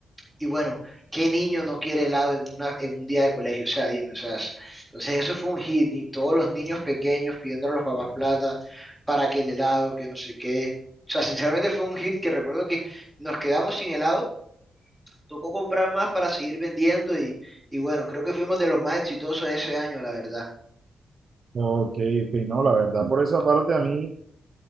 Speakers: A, in the centre; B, on the right.
A: Y bueno, ¿qué niño no quiere helado en una, en un día de colegio? O sea, dime, o sea, es- entonces eso fue un hit y todos los niños pequeños pidiendo a los papás plata para que el helado, que no sé qué. O sea, sinceramente fue un hit que recuerdo que nos quedamos sin helado tocó comprar más para seguir vendiendo y, y bueno, creo que fuimos de los más exitosos ese año, la verdad.
B: Ok, ok, no, la verdad, por esa parte a mí